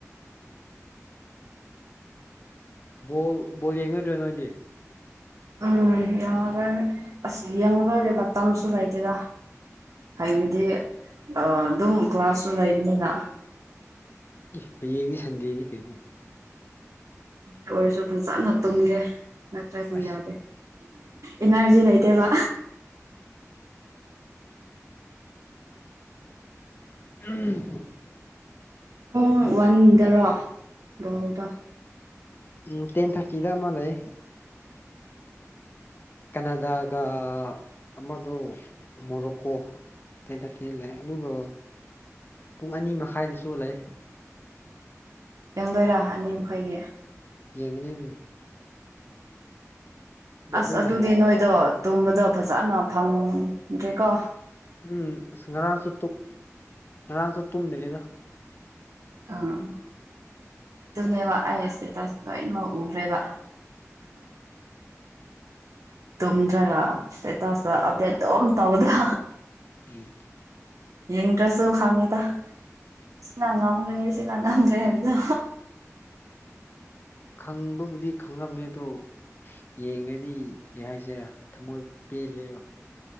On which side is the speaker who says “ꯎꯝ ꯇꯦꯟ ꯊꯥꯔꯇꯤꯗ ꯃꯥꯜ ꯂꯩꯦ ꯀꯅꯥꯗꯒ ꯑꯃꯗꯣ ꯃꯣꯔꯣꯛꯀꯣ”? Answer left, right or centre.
Left